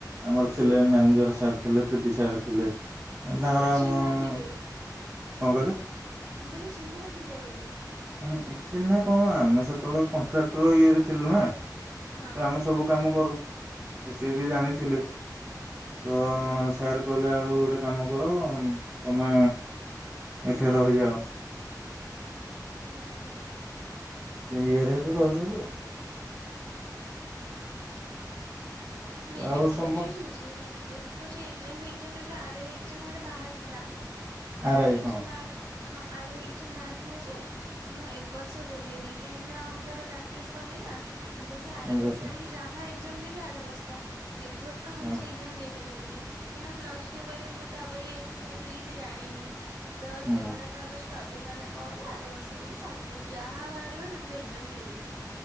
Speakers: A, on the right; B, on the right.
A: ଆମର ଥିଲେ ମ୍ୟାନେଜର
B: ହୁଁ।
A: ସାର୍ ଥିଲେ ପିଡି ସାର୍ ଥିଲେ ତାଙ୍କର
B: ଆ
A: ଆମ
B: ଚିହ୍ନା
A: କଣ
B: ଥିବେ
A: କହିଲେ?
B: ମୁଁ କହିଲି ଚିହ୍ନା ଥିଲେ ବୋଧେ ।
A: ହୁଁ ଚିହ୍ନା କଣ ଆମେ ସେତବେଳେ କଣ୍ଟ୍ରାକ୍ଟର ଇଏରେ ଥିଲୁ ନା ।
B: ହଁ।
A: ତ ଆମେ ସବୁ କାମ କରୁ ତ ସିଏ ବି ଜାଣିଥିଲେ । ତ ସାର୍ କଇଲେ ଆଉ ଗୋଟେ କାମ କର ତମେ ଏଠି ରହିଯାଅ ।
B: ହୁଁ ।
A: ସେ ଇଏରେ ହେତୁ ରହିଗଲୁ ଆଉ । ଆଉ
B: ମୁଇଁ
A: ଆଉ
B: ବି ଖୋଜୁଚି
A: ସମ
B: ଯେ ଦେଖୁଚି ଏଗଜାମ୍ ଫେଗଜାମ୍ ଏବେ ଆର ଏଗଜାମ୍ ଗୋଟେ ବାହାରି ଥିଲା
A: ଆରାଇ
B: ଆରେ ଏଗଜାମ୍
A: ହଁ
B: ବାହାର ଥି ହଁ ଆରେ ଏଗଜାମ୍ ବାହାରିଥିଲା ଯେ ମୁଁ ଏ ବର୍ଷ ଦେଲିନି କାହିଁକି ନା ମୁଁ ତାର ପ୍ରାକ୍ଟିସ କରିନେଇନା । ମୁଁ କହିଲି ଆର
A: ହଁ ଯଦି
B: ବର୍ଷ ଏଡିକି ଯାହା ଏଗଜାମ୍ ଦେବି ଆର ବର୍ଷ ଏ ବର୍ଷ ମୁଁ
A: ହଁ
B: କିଛି ଏଗଜାମ୍ ଦେଇ ପାରିବିନି କାହିଁକିନା ପ୍ଲସ ଟୁ ପରେ ମୁଁ ତାପ ରେ ସେ ବିଷୟରେ କିଛି ଜାଣିନି । ତ
A: ହୁଁ
B: ସେଗୁଡାକ ଆଗ ଷ୍ଟଡି ଗଲା ପରେ ଆର ବର୍ଷ ଆଡିକି ସବୁ ଯାହା ବାହାରିବ ସେଥିରେ ଏଗଜାମ୍ ଦେଇଦେବି ।